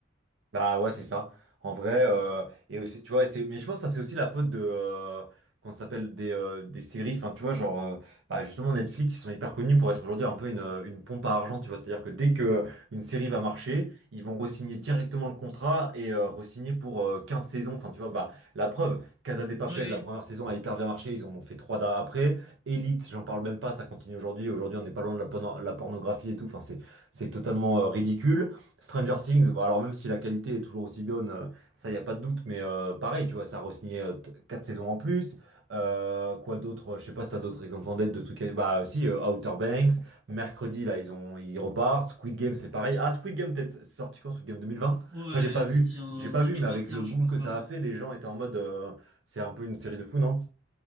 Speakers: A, on the right (about 75°); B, on the right (about 25°).
A: Bah ouais, c'est ça. En vrai, euh, et aussi, tu vois, c'est, mais je pense que ça, c'est aussi la faute de, euh, qu'on s'appelle des, euh, des séries. Enfin, tu vois, genre, euh, bah, justement, Netflix, ils sont hyper connus pour être aujourd'hui un peu une, euh, une pompe à argent, tu vois. C'est-à-dire que dès que euh, une série va marcher, ils vont re-signer directement le contrat et euh, re-signer pour euh, 15 saisons. Enfin, tu vois, bah, la preuve, Casa de Papel,
B: Ouais, ouais.
A: la première saison a hyper bien marché, ils en ont fait trois da- après. Elite, j'en parle même pas, ça continue aujourd'hui. Aujourd'hui, on n'est pas loin de la, porno- la pornographie et tout. Enfin, c'est, c'est totalement euh, ridicule. Stranger Things, bon, alors même si la qualité est toujours aussi bonne, euh, ça y a pas de doute, mais euh, pareil, tu vois, ça a re-signé 4 saisons en plus. Euh, quoi d'autre? Je sais pas si t'as d'autres exemples en tête de trucs. Bah euh, si, euh, Outer Banks, mercredi là, ils ont ils repartent. Squid Game, c'est pareil. Ah, Squid Game, peut-être c'est sorti quand? Squid Game 2020?
B: Ouais,
A: Moi, j'ai pas vu,
B: sorti en
A: j'ai pas
B: 2021,
A: vu, mais avec le boom
B: je pense,
A: que
B: par
A: ça
B: là.
A: a fait, les gens étaient en mode, euh, c'est un peu une série de fous, non?